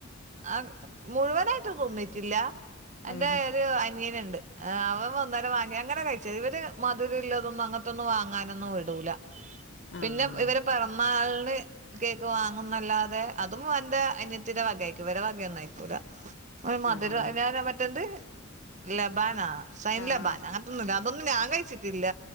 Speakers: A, on the right; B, on the left.
A: ആ മുഴുവനായിട്ട് തിന്നിട്ടില്ല. എന്റെ
B: ഉം
A: ഒരു അനിയന് ഇണ്ട് അവൻ വന്നേരം വാങ്ങി അങ്ങനെ കഴിച്ചത് ഇവര് മധുരമല്ലതൊന്നും അങ്ങനത്തൊന്നും വാങ്ങാനൊന്നും വിടൂല.
B: ആഹ്
A: പിന്നെ ഇവര് പിറന്നാളിന് കേക്ക്‌ വാങ് ഒന്നല്ലാതെ അതും എന്റെ അനിയത്തിടെ വക ആയിരിക്കും, ഇത്‌ വരെ വക ഒന്നും ആയിക്കൂല. ഒരു മധുര
B: ആഹ് ആഹ്
A: ഞന മറ്റെത് ലബാനാ സൈൻലബാൻ
B: ആഹ്
A: അങ്ങനത്തൊന്നുമില്ല അതൊന്നും ഞാൻ കഴിച്ചിട്ടില്ല.